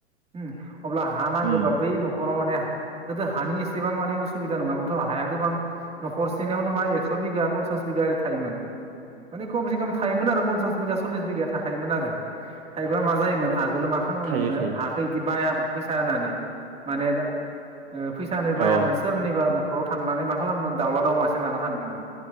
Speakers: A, on the right; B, on the right.
A: ओम अब्ला हानांगोबा
B: उम
A: बै न'ख खराव माने गोदो हानि एसेबां माने उसुबिदा नङामोनथ' हाया गोबां न'खरसेनावनो मा एकस' बिगा पन्स पन्सास बिगा ओरै थोयोमोन। माने खमसे खम थायोमोन आरो पन्सास बिगा सल्लिस बिगाया थाखायोमोन आरो। थाइबा मा जायोमोन आगोलो मा खामोमोननो
B: थायो थायो
A: हा ऐदि बायामोन फैसा होनानै माने दा ओ फैसाानि बायामोन
B: औ
A: सोरनिबा न न'खराव थांनानै मा खालामोमोन दाउला दाउ मासे लाना थाङोमोन।